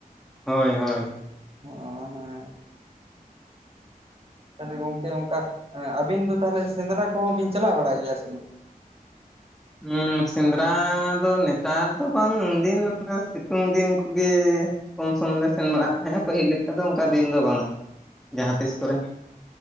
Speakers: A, in the centre; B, on the right.
A: ᱦᱳᱭ ᱦᱳᱭ᱾
B: ᱦᱚᱜᱚ ᱦᱮᱸ᱾ ᱛᱟᱦᱞᱮ ᱜᱚᱝᱠᱮ ᱚᱱᱠᱟ ᱮᱸ ᱟᱵᱤᱱ ᱫᱚ ᱛᱟᱦᱚᱞᱮ ᱥᱮᱸᱫᱽᱨᱟ ᱠᱚᱦᱚᱸ ᱵᱤᱱ ᱪᱟᱞᱟᱜ ᱵᱟᱲᱟᱜ ᱜᱮᱭᱟ ᱥᱮ ᱵᱟᱝ?
A: ᱦᱩᱸ ᱥᱮᱸᱫᱽᱨᱟ ᱫᱚ ᱱᱮᱛᱟᱨ ᱫᱚ ᱵᱟᱝ ᱩᱱᱫᱤᱱ ᱚᱱᱟ ᱥᱤᱛᱩᱝ ᱫᱤᱱ ᱠᱩᱜᱮ ᱠᱚᱢ ᱥᱚᱢ ᱞᱮ ᱥᱮᱱ ᱵᱟᱲᱟᱜ
B: ᱦᱳᱭ
A: ᱛᱟᱦᱮᱸᱜᱼᱟ ᱯᱟᱹᱦᱤᱞ ᱞᱮᱠᱟ ᱫᱚ ᱚᱱᱠᱟ
B: ᱚ
A: ᱫᱤᱱ ᱫᱚ ᱵᱟᱝ-ᱟ ᱡᱟᱦᱟᱸ ᱛᱤᱥ ᱠᱚᱨᱮ᱾